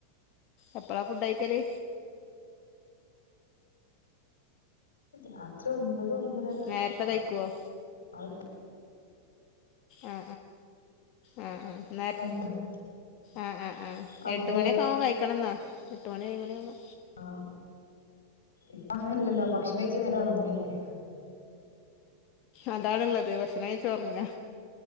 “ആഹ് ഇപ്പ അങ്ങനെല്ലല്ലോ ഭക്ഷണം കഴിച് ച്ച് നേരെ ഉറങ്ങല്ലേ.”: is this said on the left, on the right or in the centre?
Left